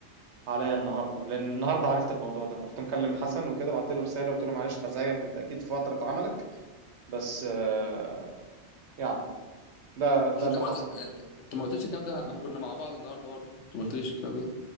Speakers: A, on the right; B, on the left.
A: عليا النهارده لان النهارده عرفت الموضوع ده رحت مكلم حسن وكده بعت له رساله قلت له معلش بزعجك انت اكيد في فتره عملك بس آه، يعني ده ده
B: بس انت
A: اللي
B: ما
A: حصل
B: قلت- انت ما قلتش الكلام ده ما احنا كنا مع بعض النهارده برضه انت ما قلتليش الكلام ده